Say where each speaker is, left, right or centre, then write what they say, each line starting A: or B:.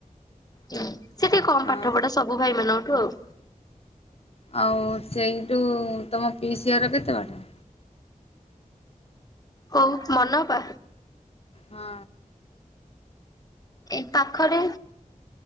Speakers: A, on the left; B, on the left.
A: ସେଟିକେ କମ୍ ପାଠ
B: ଆଉ
A: ପଢା ସବୁ ଭାଇ ମାନଙ୍କଠୁ ଆଉ।
B: ଆଉ ସେଇଠୁ ତୁମ ପିସି ଘର କେତେ ବାଟ?
A: କୋଉ ମନ ଅପା?
B: ହଁ।
A: ଏଇ ପାଖରେ